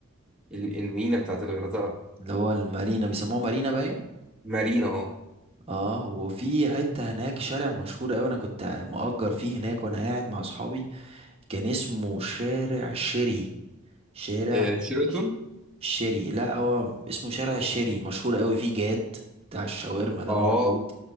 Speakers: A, in the centre; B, on the right (about 30°).
A: ال- المينا بتاعت الغردقة
B: اللي هو المارينا بيسموها مارينا باين
A: مارينا اه
B: اه وفي حتة هناك شارع مشهور قوي انا كنت مؤجر فيه هناك وانا قاعد مع اصحابي كان اسمه شارع شيري شارع
A: آه، شيراتون
B: ش- شيري لا هو اسمه شارع شيري مشهور قوي فيه جاد بتاع الشاورما ده
A: اه
B: موجود